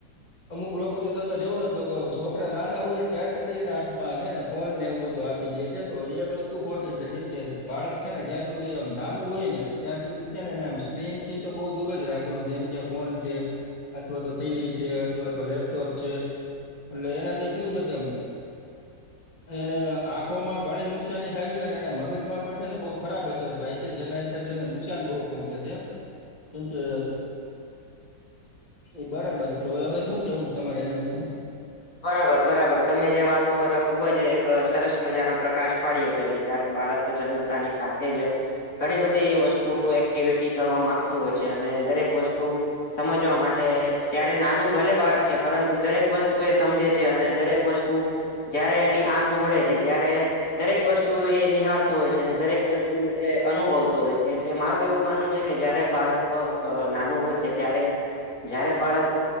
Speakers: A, on the left; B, on the left.
A: અમુક લોકો. તમે જોવો ને તો છોકરા નાના હોય ને ત્યારથી એ નાથ છે ને ફોન ને એવું બધું આપી દે છે તો એ વસ્તુ તુ ખોટી છે કેમ કે બાળક છે ને જ્યાં સુધી આમ નાનું હોય ને ત્યાં સુધી છે ને એને આમ સ્ક્રીન થી તો બહુ દૂર જ રાખવાનું જેમ કે ફોન છે અથવા તો ટીવી છે અથવા તો લેપ જ છે એટલે એનાથી શું છે તેમ
B: <inaudible>
A: એને આંખોમાં ઘણી નુકસાની થાય છે અને એના મગજમાં પણ છે ને બહ ખરાબ અસર થાય છે જેના હિસાબે એને નુકસાન બહુ પહોંચ્યા છે કેમ કે એ બરાબર છે તો હવે શું કેવું છે તમારે એના વિશે
B: બરાબર બરાબર તમે જે વાત ઉપર ખુબ જ એક સરસ મજાનો પ્રકાશ પાડ્યો કે ભાઈ જારે બાળક જન્મતાની સાથે જ ઘણી બધી વસ્તુ એક્ટિવિટી કરવા માગતું હોય છે અને દરેક વસ્તુ સમજવા માટે ત્યારે નાનું ભલે બાળક છે પરંતુ દરેક વસ્તુ એ સમજે છે અને દરેક વસ્તુ જયારે એની આંખ ઉગડે છે ત્યારે દરેક વસ્તુ વતુ એ નિહાળતો હોય છે અને દરેક વસ્તુ એ અનુભવતો હોય છે એટલે મારું એવું માનવું છે કે જયારે બાળક નાનું હોય છે ત્યારે જયારે બાળક